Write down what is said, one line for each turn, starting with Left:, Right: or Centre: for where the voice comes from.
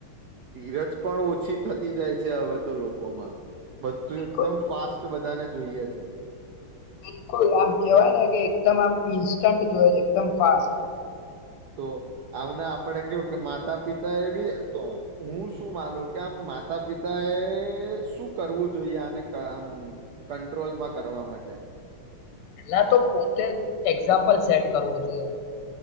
Right: ધીરજ પણ ઓછી થતી જાય છે હવે તો લોકોમાં બધું
Left: બિલકુલ
Right: એકદમ ફાસ્ટ બધાને જોઈએ છે.
Left: બિલકુલ આમ કહેવાય ને કે એકદમ આમ ઇન્સ્ટન્ટ જોવે છે એકદમ ફાસ્ટ
Right: તો આમને આપણે કેવું કે માતા પિતા એ બી તો હું શું માનું કે આમ માતા પિતાએ શું કરવું જોઈએ આને આમ કંટ્રોલમાં કરવા માટે
Left: પેલા તો પોતે જ એક્ઝામ્પલ સેટ કરવું જોઈએ